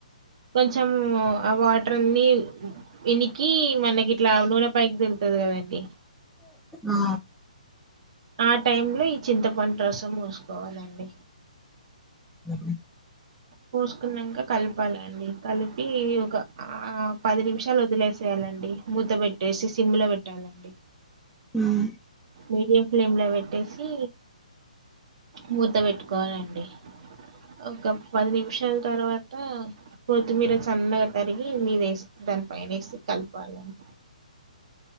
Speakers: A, on the right; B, in the centre.
A: కొంచెం ఆ వాటర్ అన్ని ఇనికి మనకి ఇట్లా నూనెపైకి తేల్తది కదండి
B: ఆ
A: ఆ టైమ్ లో ఈ చింతపండు రసం పోసుకోవాలండి,
B: అరి
A: పోసుకున్నాక కలపాలండి. కలిపి ఒక ఆ పది నిమిషాలు వదిలేసేయాలండి మూత పెట్టేసి సిమ్లా పెట్టాలండి,
B: ఉహు
A: మీడియం ఫ్లేమ్ లో పెట్టేసి మూతా. పెట్టుకోవాలండి ఒక పది నిమిషాల తర్వాత కొత్తిమీర. సన్నగా తరిగి మీద వేసి దాని పైన వేసి కలపాలండి,